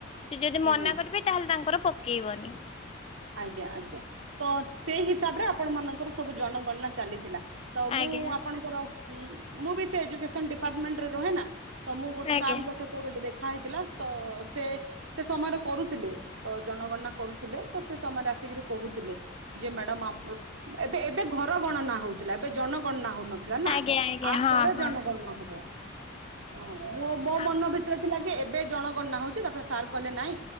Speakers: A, on the left (about 30°); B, on the right (about 80°).
A: ସେ ଯଦି
B: ହୁଁ
A: ମନା କରିବେ, ତାହେଲେ ତାଙ୍କର ପକେଇବନି।
B: ଆଜ୍ଞା ଆଜ୍ଞା। ତ ସେଇ ହିସାବରେ ଆପଣ ମାନଙ୍କର ସବୁ ଜନଗଣନା ଚାଲିଥିଲା। ତ ମୁଁ
A: ଆଜ୍ଞା
B: ଆପଣଙ୍କର, ମୁଁ ବି ସେ ଏଯୁକେଶନ ଡିପାଟମେଣ୍ଟରେ ରହେ ନା। ତ ମୁଁ ଗୋଟେ
A: ଆଜ୍ଞା
B: ସା <unintelligible> ଗୋଟେ ଦେଖା ହେଇଥିଲା। ତ ସେ ସେ ସମୟରେ କରୁଥିଲେ। ତ ଜନଗଣନା କରୁଥିଲେ। ତ ସେ ସେମାନେ ଆସିକିରି କହୁଥିଲେ। ଯେ ମାଡାମ ଆ ଏବେ ଏବେ ଘର ଗଣନା ହଉଥିଲା, ଏବେ ଜନ ଗଣନା ହଉନଥିଲା। ହେଲା
A: ଆଜ୍ଞା ଆଜ୍ଞା
B: ଆ
A: ହଁ
B: ପରେ ଜନଗଣନା ହବ। ହଁ। ମୋ ମୋ
A: ହଁ।
B: ମନ ଭିତରେ ଥିଲା କି ଏବେ ଜଣ ଗଣନା ହଉଛି, ତାପରେ ସାର୍ କହିଲେ ନାଇଁ।